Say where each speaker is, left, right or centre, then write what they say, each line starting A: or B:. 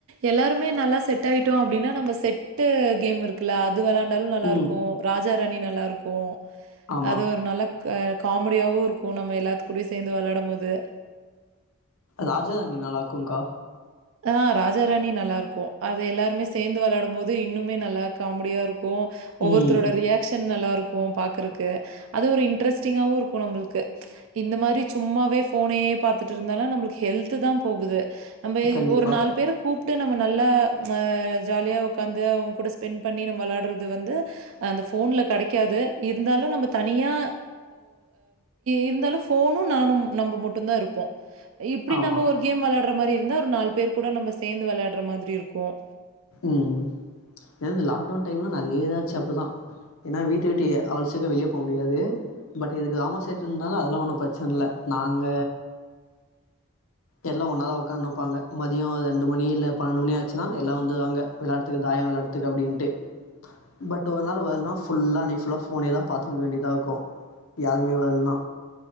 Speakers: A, on the right; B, on the left.
A: எல்லாருமே நல்லா செட்டாயிட்டோ அப்டின்னா நம்ம செட் டு கேமுருக்குல்ல அது வெளாட் நாலு நல்லாருக்கு
B: ம்
A: ராஜாராணி நல்லாருக்கு
B: ஆமா
A: அது ஒரு நல்ல க்க காமெடியாவு இருக்கு நம்ம எல்லாத்து கூடியு சேந்து வெள்ளாடும் போது
B: ராஜா ராணி நல்லார்க்கும்கா
A: ஆ ராஜா ராணி நல்லா இருக்கு அது எல்லாருமே சேந்து வெளையாடும் போது இன்னுமே நல்லா காமெடியா இருக்கு ஒவ்வொருத்தரோட
B: ம்
A: ரியாக்ஷன் நல்லாயிருக்கும் பாக்குறக்கு அது ஒரு இன்ட்ரெஸ்டிங்காவும் இருக்கும் நம்ளுக்கு இந்த மாரி சும்மாவே ஃபோனையே பாத்துட்டு இருந்தாலா நம்மளுக்கு ஹெல்து தான் போகுது நம்ம
B: கண்டிப்பா
A: ஒரு நாலு பேர கூப் ட்டு நம்ம நல்லா ஜாலியா உக்காந்து அவுங்க கூட ஸ்பெண்ட் பண்ணி நம்ம வெளாடுறது வந்து அந்த ஃபோன்ல கெடைக்காது இருந்தாலும் நம்ம தனியா இருந்தாலும் ஃபோனும் நானும் நம்ப மட்டும் தான் இருப்போம் இப்டி
B: ஆமா
A: நம்ப ஒரு கேம் வெளையாடுற மாரி இருந்தா ஒரு நாலு பேர் கூட நம்ம சேர்ந்து வெளையாடுற மாரி இருக்கும்
B: ம் ஏ இந்த லாக்டவுன் டைம்லான் நெறய இதாச்சு அப்டிதான் ஏனா வீட்ட வீட்டு அவளோ சீக்கர வெளியே போ முடியாது பட் இது கிராம சைட் இருந்தாலும் அதெலாம் ஒண்ணும் பிரச்சன இல்ல நாங்க எல்லா ஒன்னா தான் உக்காந்துப்பாங்க மதியம் ஒரு ரெண்டு மணி இல்ல பன்னெண்டு மணி ஆச்சுனா எல்லா வந்து து வாங்க வெளாறதுக்கு தாயம் வெளாறதுக்கு அப்டின்ட்டு பட் ஒரு நாள் வரனா ஃபுல்லா அன்னக்கி ஃபுல்லா ஃபோனேதான் பாத்துன்னு இருக்க வேண்டியதா இருக்கும் யாருமே வர்ல்னா